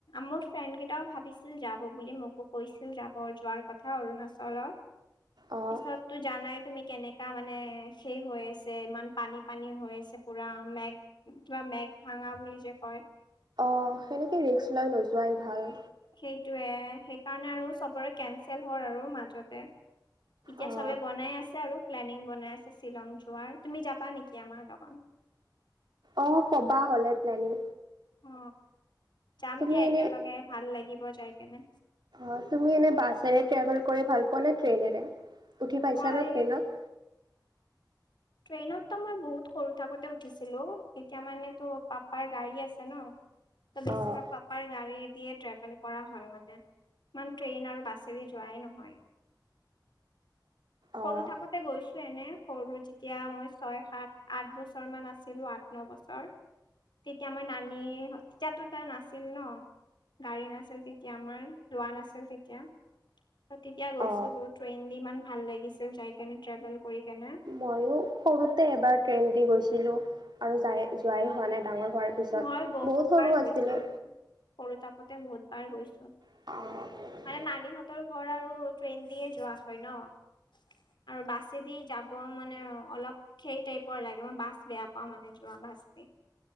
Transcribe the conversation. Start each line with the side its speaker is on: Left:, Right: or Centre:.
Left: মোৰ ফ্ৰেণ্ড কেইটাও ভাবিছিল যাব বুলি মোকো কৈছিল যাব যোৱাৰ কথা। ক অৰুণাচলৰ
Right: অ'
Left: পিছত তো জানাই। তুমি কেনেকা মানে সেই হৈ আছে ইমান পানী পানী হৈ আছে পুৰা মেঘ। কিবা মেঘ ভাঙা বুলি যে কয়।
Right: অ সেনেকে ৰিকচ লৈ নোযোৱাই ভাল।
Left: সেইটোয়ে সেইকাৰণে আৰু চবৰে কেনচেল হ'ল আৰু মাজতে। এতিয়া
Right: অ'
Left: চবে বনাই আছে আৰু প্লেনিং বনাই আছে শ্বিলং যোৱাৰ তুমি যাবা নেকি আমাৰ লগত।
Right: অ ক'বা হ'লে প্লেনিং।
Left: অ যাম
Right: তুমি
Left: দিয়া
Right: এনে
Left: একেলগে ভাল লাগিব যাই কেনে।
Right: অঁ, তুমি এনেই বাছেৰে ট্ৰেভেল কৰি ভাল পোৱা নে ট্ৰেইনেৰে উঠি পাইছা
Left: মই
Right: ন ট্ৰেইনত।
Left: ট্ৰেইনত তো মই বহুত সৰু থাকোতে উঠিছিলো তেতিয়া মানে তো পাপাৰ গাড়ী আছে ন। ত' বেছিভাগ
Right: অ'
Left: পাপাৰ গাড়ী দিয় ট্ৰেভেল কৰা হয় মানে। ইমান ট্ৰেইন আৰু বাছেদি যোৱাই নহয়।
Right: অ'
Left: সৰু থাকোতে গৈছো এনে সৰু তেতিয়া মই ছয় সাত আঠ বছৰ মান আছিলো আঠ, নবছৰ, তেতিয়া মই নানি তেতিয়াতো তই নাছিল ন। গাড়ী নাছিল তেতিয়া আমাৰ লোৱা নাছিল তেতিয়া। ত' তেতিয়া গৈছিলো
Right: অ'
Left: ট্ৰেইন দি ইমান ভাল লাগিছিল যাই কেনে ট্ৰেভেল কৰি কেনে।
Right: মইও সৰুতে এবাৰ ট্ৰেইন দি গৈছিলো আৰু যাই যোৱাই হোৱা নাই ডাঙৰ হোৱাৰ, পিছত
Left: মই বহুত
Right: সৰু
Left: বাৰ গৈছিলো
Right: আছিলোঁ।
Left: সৰু থাকোতে বহুত বাৰ গৈছো।
Right: অঁ
Left: মানে নানীহঁতৰ ঘৰ আৰু ট্ৰেইন দিয়ে যোৱা হয় ন। আৰু বাছেদি যাব মানে অলপ। সেই টাইপৰ লাগে মই বাাঁছ বেয়া পাওঁ মানে যোৱা বাাস দি।